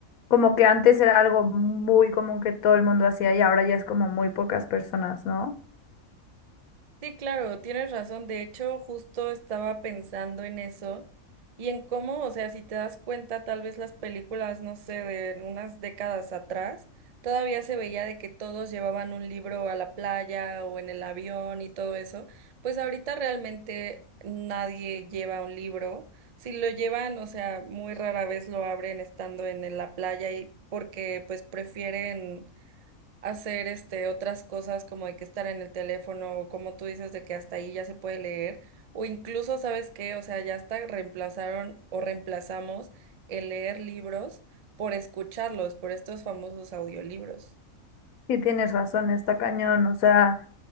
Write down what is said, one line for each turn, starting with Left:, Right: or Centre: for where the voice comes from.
Left: Como que antes era algo muy común que todo el mundo hacía y ahora ya es como muy pocas personas, ¿no?
Right: Sí, claro, tienes razón. De hecho, justo estaba pensando en eso y en cómo, o sea, si te das cuenta, tal vez las películas, no sé, de unas décadas atrás, todavía se veía de que todos llevaban un libro a la playa o en el avión y todo eso. Pues ahorita realmente nadie lleva un libro. Si lo llevan, o sea, muy rara vez lo abren estando en en la playa y porque pues prefieren hacer este otras cosas como de que estar en el teléfono o como tú dices de que hasta ahí ya se puede leer o incluso sabes qué, o sea, ya hasta reemplazaron o reemplazamos el leer libros por escucharlos, por estos famosos audiolibros.
Left: Sí, tienes razón, está cañón. O sea,